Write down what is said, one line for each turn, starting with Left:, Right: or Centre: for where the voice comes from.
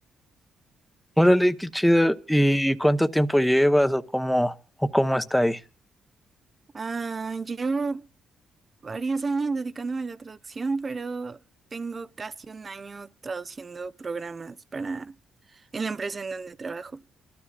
Centre: Órale, qué chido. ¿Y cuánto tiempo llevas o cómo, o cómo está ahí?
Right: Ah, llevo varios años dedicándome a la traducción, pero tengo casi un año traduciendo programas para en la empresa en donde trabajo.